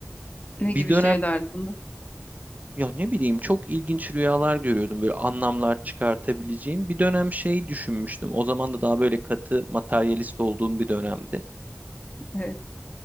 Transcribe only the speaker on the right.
Bir
dönem
ya ne bileyim çok ilginç rüyalar görüyordum böyle anlamlar çıkartabileceğim bir dönem şey düşünmüştüm o zaman da daha böyle katı materyalist olduğum bir dönemdi.